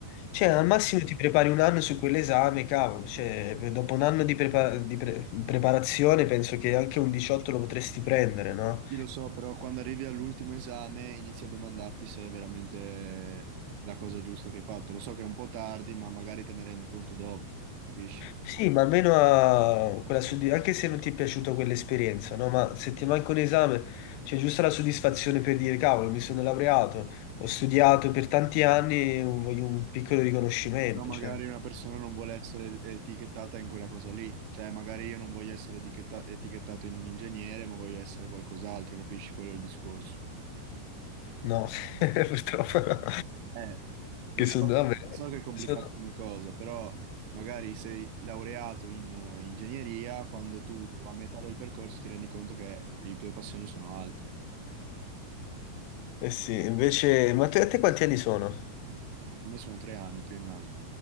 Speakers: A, on the left; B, on the right.
A: Cioè,
B: Eh,
A: al massimo ti prepari un anno su quell'esame, cavolo. Cioè, dopo un anno di, prepa- di pre- preparazione penso che anche un 18 lo potresti prendere, no?
B: Sì, lo so, però quando arrivi all'ultimo esame inizi a domandarti se è veramente la cosa giusta che hai fatto. Lo so che è un po' tardi, ma magari te ne rendi conto dopo, capisci?
A: Sì, ma almeno a quella soddisf- anche se non ti è piaciuta quell'esperienza, no? Ma se ti manca un esame, c'è giusto la soddisfazione per dire, cavolo, mi sono laureato, ho studiato per tanti anni, un- voglio un piccolo riconoscimento,
B: No, magari
A: cioè.
B: una persona non vuole essere etichettata in quella cosa lì, cioè magari io non voglio essere etichetta- etichettato in un ingegnere, ma voglio essere qualcos'altro, capisci? Quello è il discorso.
A: No, <laughs> purtroppo no.
B: Eh, lo
A: Che
B: so,
A: sono, vabbè,
B: lo so che è complicato
A: sono...
B: come cosa, però magari sei laureato in eh, ingegneria, quando tu a metà del percorso ti rendi conto che le tue passioni sono altre.
A: Eh sì, invece, ma te- a te quanti anni sono?
B: A me sono tre anni, triennale.